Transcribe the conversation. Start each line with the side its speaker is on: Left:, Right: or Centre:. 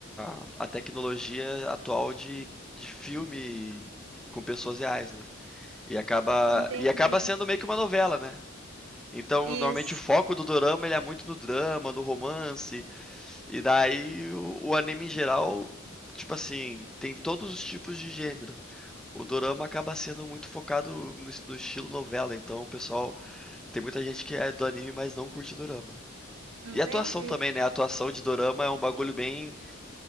Centre: a a tecnologia atual de, de filme com pessoas reais, né? E acaba
Right: Entendi.
Centre: e acaba sendo meio que uma novela, né? Então,
Right: Isso.
Centre: normalmente o foco do dorama ele é muito no drama, no romance, e daí o, o anime em geral, tipo assim, tem todos os tipos de gênero. O dorama acaba sendo muito focado no es no estilo novela, então o pessoal tem muita gente que é do anime, mas não curte dorama.
Right: Entendi.
Centre: E a atuação também, né, a atuação de dorama é um bagulho bem